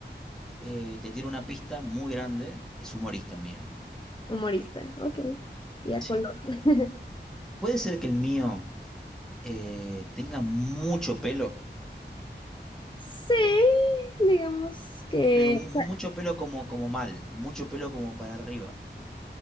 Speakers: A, in the centre; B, on the left.
A: Eh, te tiro una pista muy grande. Es humorista el mío.
B: Humorista, ok. Y a
A: Sí.
B: color. <laughs>
A: Puede ser que el mío eh, tenga mucho pelo,
B: Sí, digamos que,
A: pero mu-
B: o sea,
A: mucho pelo como, como mal, mucho pelo como para arriba.